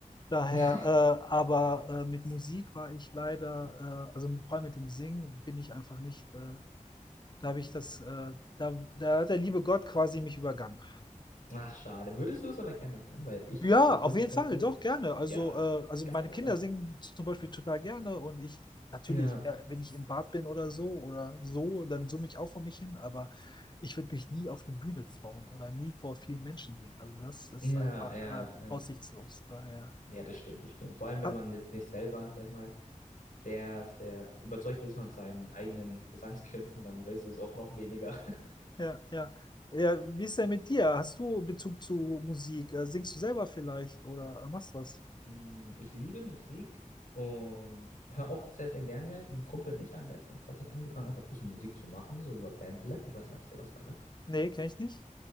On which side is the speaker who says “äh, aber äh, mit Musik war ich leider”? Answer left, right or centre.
Left